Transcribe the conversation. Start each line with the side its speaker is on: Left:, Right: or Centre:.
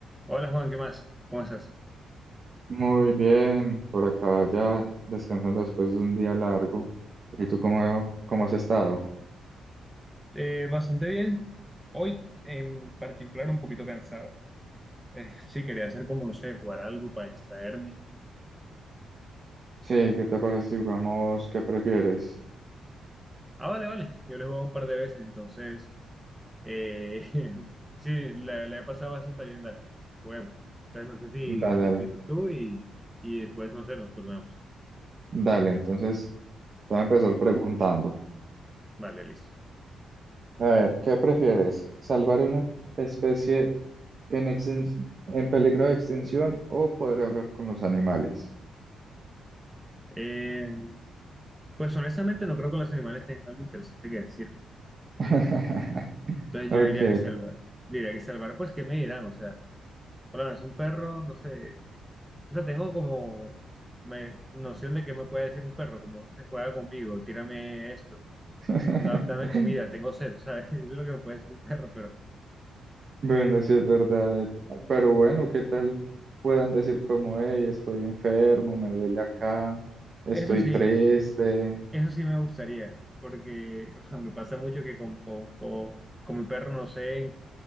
Centre: Hola Juan, ¿qué más? ¿Cómo estás?
Right: Muy bien, por acá ya descansando después de un día largo. ¿Y tú cómo, cómo has estado?
Centre: Eh, bastante bien. Hoy en particular un poquito cansado. Eh, <laughs> sí, quería hacer como, no sé, jugar algo para distraerme.
Right: Sí, ¿qué te parece si jugamos qué prefieres?
Centre: Ah, vale, vale. Yo le he jugado un par de veces, entonces, eh, <laughs> sí, la, la he pasado bastante bien, dale. Juguemos. Entonces, no sé si,
Right: Dale,
Centre: si
Right: dale,
Centre: empiezas tú y, y después, no sé, nos turnamos.
Right: dale. Entonces, te voy a empezar preguntando.
Centre: Vale, listo.
Right: A ver, ¿qué prefieres? ¿Salvar una especie en, extin- en peligro de extinción o poder hablar con los animales?
Centre: Eh, pues honestamente no creo que los animales tengan algo interesante que decir.
Right: <laughs>
Centre: Entonces
Right: Ok.
Centre: yo diría que salvar, diría que salvar, pues, ¿qué me dirán? O sea, hola, es un perro, no sé, O sea, tengo como me- noción de qué me puede decir un perro, como no se juega conmigo, tírame esto,
Right: <laughs>
Centre: da- dame comida, tengo sed, ¿sabes? <laughs> Eso es lo que me puede decir un perro, pero
Right: Bueno, sí es verdad, eh, pero bueno, ¿qué tal puedan decir como, hey, estoy enfermo, me duele acá, estoy
Centre: eso sí,
Right: triste?
Centre: eso sí me gustaría, porque <laughs> me pasa mucho que con, con, con- con mi perro no sé,